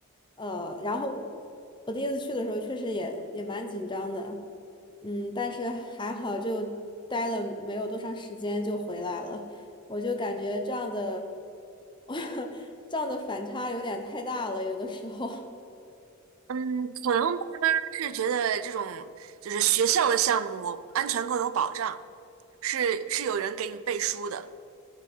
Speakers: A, on the left; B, on the right.
A: 呃，然后我第一次去的时候，确实也也蛮紧张的，嗯，但是还好就待了没有多长时间就回来了。我就感觉这样的，<laughs> 这样的反差有点太大了，有的时候。
B: 嗯，可能爸妈是觉得这种就是学校的项目安全更有保障。是是有人给你背书的。